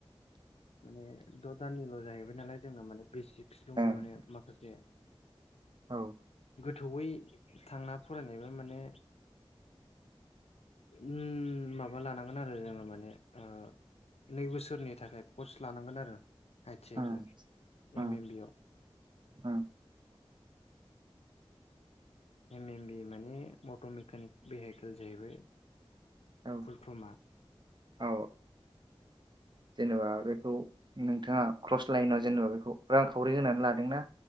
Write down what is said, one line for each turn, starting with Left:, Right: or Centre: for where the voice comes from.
Left: माने द दानिल जाहैबाय नालाय जोंना माने बेसिक्स दं
Right: ओं
Left: माने माखासे
Right: औ
Left: गोथौयै थांना फरायनायबा माने उम माबा लानांगोन आरो जोङो माने ओ नै बोसोरनि थाखाय कर्स लानांगोन आरो आइ थिं आइखौ
Right: ओं ओं
Left: एम ए बियाव।
Right: ओं
Left: एम एम बि माने मट मेकानिक भेहिकेल जाहैबाय।
Right: औ
Left: फुल फ्रम आ।
Right: औ जेनेबा बेखौ नोंथाङा क्रस लाइनआव जेनेबा बेखौ रांखावरि होनानै लादोंना।